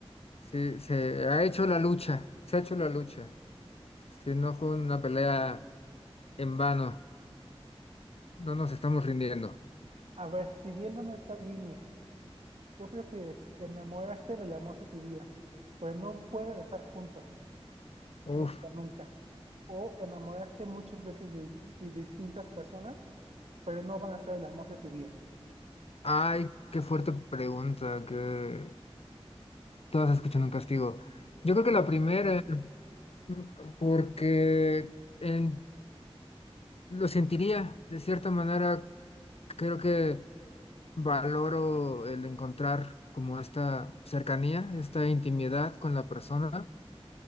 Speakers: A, on the left; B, on the right.
A: sí, se ha hecho la lucha, se ha hecho la lucha. Si no fue una pelea en vano, no nos estamos rindiendo.
B: A ver, siguiendo en esta línea, ¿qué prefieres? ¿Enamorarte del amor de tu vida, pero no pueden estar juntos,
A: Uf,
B: nunca, nunca? ¿O enamorarte muchas veces de, de distintas personas, pero no van a ser el amor de tu vida?
A: ay, qué fuerte pregunta, que todas escuchan un castigo. Yo creo que la primera, mm, porque en- lo sentiría de cierta manera creo que valoro el encontrar como esta cercanía, esta intimidad con la persona,